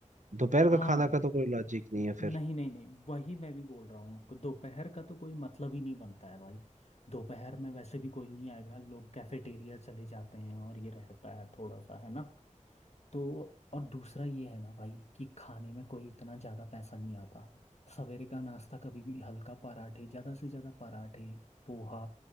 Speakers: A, on the right; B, on the left.
A: दोपहर
B: हाँ
A: का खाना का तो कोई लॉजिक नहीं
B: न-
A: है फिर
B: नहीं नहीं नहीं वही मैं भी बोल रहा हूँ दोपहर का तो कोई मतलब ही नहीं बनता है भाई दोपहर में वैसे भी कोई नहीं आएगा लोग कैफेटेरिया चले जाते हैं और ये रहता है थोड़ा सा है ना तो और दूसरा ये है ना भाई कि खाने में कोई इतना ज़्यादा पैसा नहीं आता सवेरे का नाश्ता कभी भी हल्का पराठे ज़्यादा से ज़्यादा पराठे पोहा